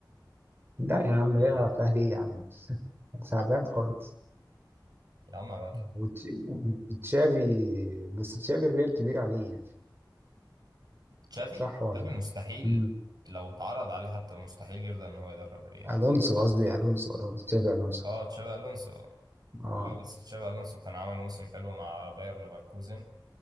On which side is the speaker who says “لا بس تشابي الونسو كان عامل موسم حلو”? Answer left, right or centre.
Right